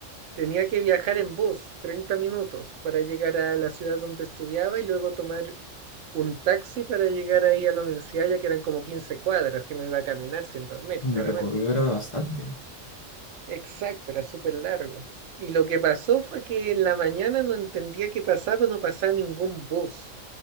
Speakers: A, on the right; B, on the left.
A: Tenía que viajar en bus 30 minutos para llegar a la ciudad donde estudiaba y luego tomar un taxi para llegar ahí a la universidad, ya que eran como 15 cuadras, que no iba a caminar sin dormir,
B: Uy,
A: claramente.
B: El recorrido era bastante.
A: Exacto, era súper largo. Y lo que pasó fue que en la mañana no entendía qué pasaba, no pasaba ningún bus.